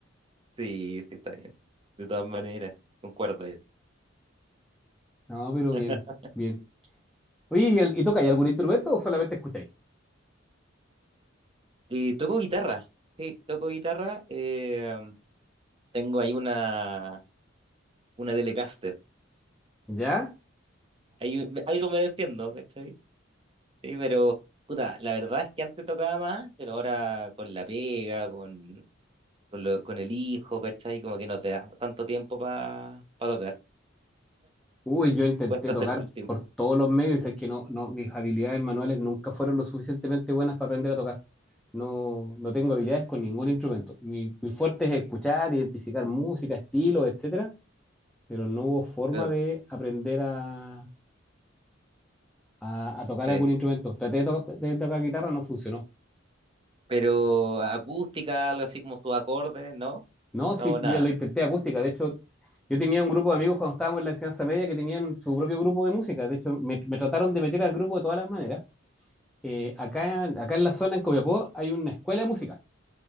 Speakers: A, on the right; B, in the centre.
A: Sí, sí, está bien. De todas maneras, concuerdo. ahí.
B: No, pero
A: <laughs>
B: bien, bien. Oye, ¿y, el- y tocáis algún instrumento o solamente escucháis?
A: Y toco guitarra. Sí, toco guitarra. eh, tengo ahí una, una Telecaster.
B: ¿Ya?
A: Ahí me- algo me defiendo, ¿cachai? Sí, pero, puta, la verdad es que antes tocaba más, pero ahora con la pega, con, con, lo- con el hijo, ¿cachai? Como que no te da tanto tiempo para tocar.
B: Uy, yo intenté
A: Cuesta
B: tocar
A: hacerse el tiempo.
B: por todos los medios y sé que no, no, mis habilidades manuales nunca fueron lo suficientemente buenas para aprender a tocar. No, no tengo habilidades con ningún instrumento. Mi, mi fuerte es escuchar, identificar música, estilos, etcétera pero no hubo forma
A: Pero,
B: de aprender a, a- a tocar
A: sí.
B: algún instrumento. Traté de, toca- de tocar guitarra, no funcionó.
A: Pero acústica, algo así como sus acordes, ¿no?
B: No, sí,
A: No, nada.
B: mira, lo intenté acústica. De hecho, yo tenía un grupo de amigos cuando estábamos en la enseñanza media que tenían su propio grupo de música. De hecho, me, me trataron de meter al grupo de todas las maneras. Eh, acá, acá en la zona, en Copiapó, hay una escuela de música.